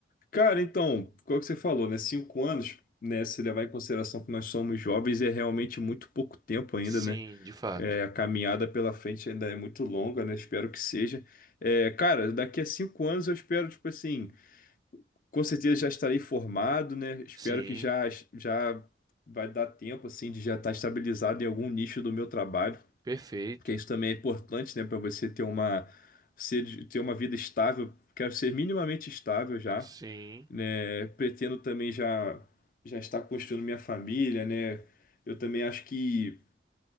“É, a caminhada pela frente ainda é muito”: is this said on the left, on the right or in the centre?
Left